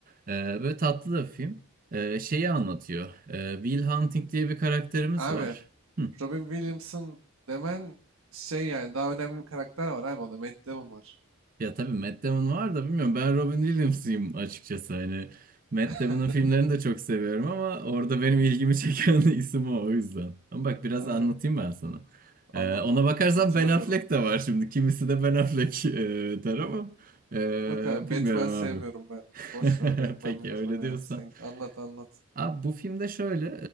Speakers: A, on the right; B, on the right.
A: Ee, böyle tatlı da bir film. Ee, şeyi anlatıyor. Ee, Will Hunting diye bir karakterimiz
B: Abi
A: var. Hı.
B: Robin Williamson demen şey yani daha önemli bir karakter var abi onda Matt Damon var.
A: Ya tabii Matt Damon var da bilmiyorum ben Robin Williams'ıyım açıkçası hani Matt
B: <laughs>
A: Damon'ın filmlerini de çok seviyorum ama orada benim ilgimi çeken <laughs> isim o o yüzden. Ama bak biraz
B: Evet,
A: anlatayım ben sana. Ee,
B: Anlat
A: ona
B: anlat
A: bakarsan
B: hatırlamıyorum.
A: Ben Affleck de var şimdi kimisi de Ben Affleck <laughs> e, der ama e,
B: Yok abi
A: bilmiyorum
B: Batman sevmiyorum
A: abi.
B: ben. Boş
A: <laughs>
B: ver Batman
A: Peki
B: Batman
A: öyle
B: abi
A: diyorsan.
B: sen anlat anlat.
A: Abi bu filmde şöyle